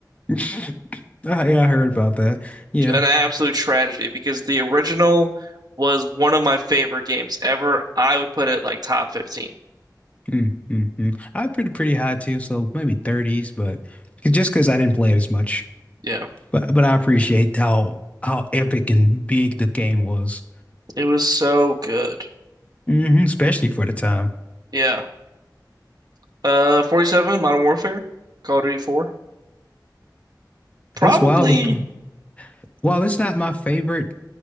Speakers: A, on the left; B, on the right.
A: <laughs> Ah, yeah, I heard about that. Yeah.
B: an absolute tragedy because the original was one of my favorite games ever. I would put it like top 15.
A: mm mm mm. I had pretty pretty high too, so maybe 30s, but just because I didn't play it as much.
B: Yeah.
A: But but I appreciate how how epic and big the game was,
B: It was so good.
A: hmm especially for the time.
B: Yeah. Uh 47 Modern Warfare, Call of Duty 4. Probably
A: That's wild. The while it's not my favorite